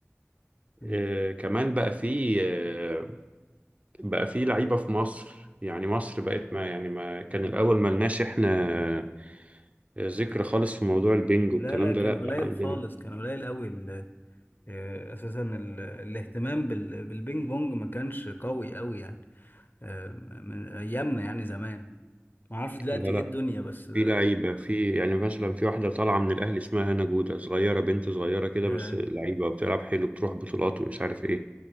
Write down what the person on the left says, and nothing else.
أمم.
لا
لا كان
قليل
خالص كان قليل قوي ال- آه، اساسا ال- الاهتمام بال- بالبينج بونج ما كانش قوي قوي يعني آه، من ايامنا يعني زمان ما اعرفش دلوقتي
ايه
الدنيا بس آه،
يا-